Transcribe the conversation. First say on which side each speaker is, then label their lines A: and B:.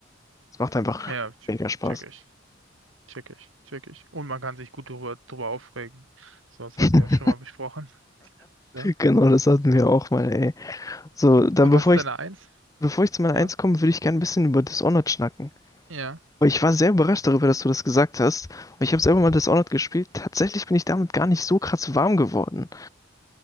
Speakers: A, on the left (about 15°); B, on the right (about 85°).
A: Es macht einfach
B: ja, check,
A: mega Spaß.
B: check ich. Check ich, check ich. Und man kann sich gut drüber, drüber aufregen. So, das
A: <laughs>
B: hatten wir ja schon mal besprochen. Ja.
A: Genau, das hatten wir auch mal, ey. So, dann
B: Und
A: bevor
B: was ist
A: ich,
B: deine Eins?
A: bevor ich zu meiner
B: Ja.
A: Eins komme, würde ich gerne ein bisschen über Dishonored schnacken.
B: Ja.
A: Weil ich war sehr überrascht darüber, dass du das gesagt hast. Und ich habe selber mal Dishonored gespielt. Tatsächlich bin ich damit gar nicht so krass warm geworden.